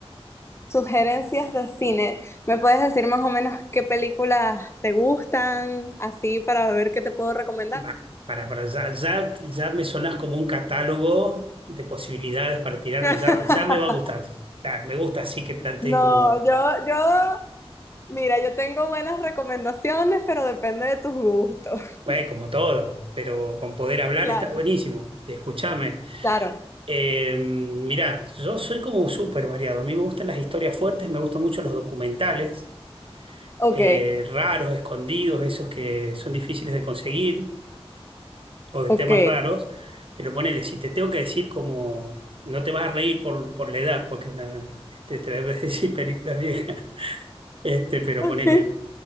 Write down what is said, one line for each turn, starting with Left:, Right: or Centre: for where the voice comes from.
Left: Sugerencias de cine. ¿Me puedes decir más o menos qué películas te gustan, así para ver qué te puedo recomendar?
Right: Va, Para, para ya, ya, ya me sonás como un catálogo de posibilidades para tirarme,
Left: <laughs>
Right: ya, ya me va gustando. Ya, me gusta así que planteé
Left: No,
Right: como,
Left: yo, yo, mira, yo tengo buenas recomendaciones, pero depende de tus gustos. <laughs>
Right: bueno, como todo, pero con poder hablar
Left: Claro,
Right: está buenísimo. Escúchame.
Left: claro.
Right: Eh, mirá, yo soy como súper variado. A mí me gustan las historias fuertes, me gustan mucho los documentales.
Left: Ok,
Right: eh, raros, escondidos, esos que son difíciles de conseguir o de
Left: ok,
Right: temas raros, pero ponele, si te tengo que decir como, no te vas a reír por, por la edad, porque es una, este, te debes <laughs> decir películas viejas, este, pero
Left: ok,
Right: ponele